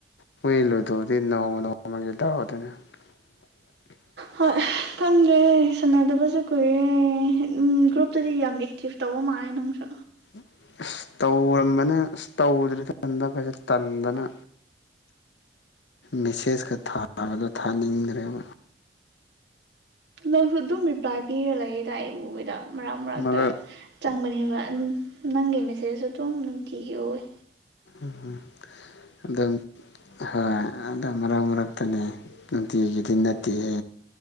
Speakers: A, on the left; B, on the right.
A: ꯃꯣꯏ ꯂꯣꯏꯗꯧꯗꯤ ꯅꯣꯡꯃ ꯅꯣꯡꯃꯒꯤ ꯇꯎꯗꯅ <unintelligible>
B: ꯍꯣꯏ ꯈꯪꯗꯦ ꯁꯥꯟꯅꯗꯕꯁꯨ ꯀꯨꯏꯔꯦ ꯎ ꯒ꯭ꯔꯨꯞꯇꯗꯤ ꯌꯥꯝ ꯑꯦꯛꯇꯤꯚ ꯇꯧ ꯃꯥꯅꯦ ꯅꯪꯁꯨ
A: ꯎꯝ ꯑ ꯇꯧꯔꯝꯕꯅ ꯇꯧꯗ꯭ꯔꯦ ꯇꯟꯗ ꯀꯩꯁꯦ ꯇꯟꯗꯅ ꯃꯦꯁꯦꯖꯀ ꯊꯥꯕꯗ ꯊꯥꯅꯤꯡꯗ꯭ꯔꯦꯕ
B: ꯅꯁꯨ ꯑꯗꯨꯝ ꯔꯤꯄ꯭ꯂꯥꯏ ꯄꯤꯔ ꯂꯩꯦꯗ ꯏ ꯎꯗ ꯃꯔꯛ ꯃꯔꯛꯇ
A: ꯃꯔꯛ
B: ꯆꯪꯕꯅꯦꯕ ꯅꯪꯒꯤ ꯃꯤ ꯁꯦꯁꯨ ꯑꯗꯨꯝ ꯅꯨꯡꯇꯤꯒꯤ ꯑꯣꯏ
A: ꯎꯝ ꯑꯗ ꯍꯣꯏ ꯑꯗꯣ ꯃꯔꯛ ꯃꯔꯛꯇꯅꯦ ꯅꯨꯡꯇꯤꯒꯤꯗꯤ ꯅꯠꯇꯦꯍ